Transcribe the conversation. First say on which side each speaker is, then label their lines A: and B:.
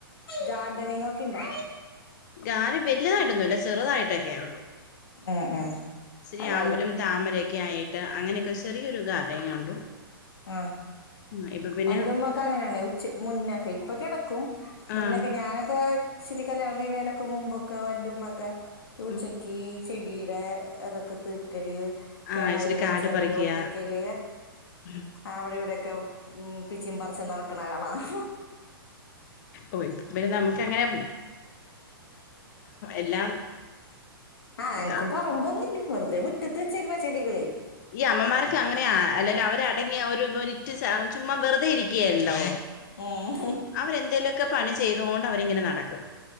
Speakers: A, on the left; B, on the left.
A: ഗാർഡനിങ് ഒക്കെ ഇണ്ടോ
B: ഗാർഡൻ വലിയതട്ടൊന്നും ഇല്ല ചെറുതായിട്ടൊക്കെയ ഉള്ളൂ
A: ഉം ഉം
B: ചിരി
A: അല്ല
B: ആമ്പലും താമരൊക്കെ ആയിട്ട് അങ്ങനെയൊക്കെ ചെറിയൊരു ഗാർഡനിങ് ഉണ്ടു
A: ആഹ
B: ഉം, ഇപ്പൊ പിന്നെ
A: എന്റെറ ഉമ്മ ഒക്കെ അങ്ങനെയാണ ഉച്ച മുന്നക്കെ ഇപ്പൊ കിടക്കും മുന്നൊക്കെ
B: ആഹ്
A: ഞാനൊക്കെ ചിരി കല്യാണം കഴനേലൊക്കെ മുമ്പൊക്കെ എന്റുമ്മ ഒക്കെ ഊച്ചക്കീ
B: ഉം
A: ചെടിയുടെ അതൊക്കെ തീർക്കല് കേടായത്
B: ആഹ് ഇച്ചിരി
A: പറച്ച്
B: കാട്
A: കളയല്
B: പറിക്കുക
A: ഒട്ടിക്കല
B: ഉം
A: അവിടെ ഇവിടെയൊക്കെ ഉം പിച്ചി പറർച്ചും നടക്കണ അളാം
B: ഓ പിന്നെ നമുക്ക് എങ്ങനെയ എല്ലാം
A: ആ
B: ഇതാ
A: എനിക്ക് പറമ്പൊന്നുമില്ല വെറുതെ മുറ്റ റ്റത്ത് വെച്ചെക്ക്ണ ചെടികളേ
B: ഈ അമ്മമാരോ അങ്ങനെ അല്ലല്ലോ അവരെ അടങ്ങിയ ഒരു മിനറ്റ് സ ചുമ്മാ വെറുതെ ഇരിക്കുകയല്ലോ
A: ഉം
B: അവരെന്തേലും ക്കെ പണി ചെയ്തോണ്ട് അവരിങ്ങനെ നടക്കും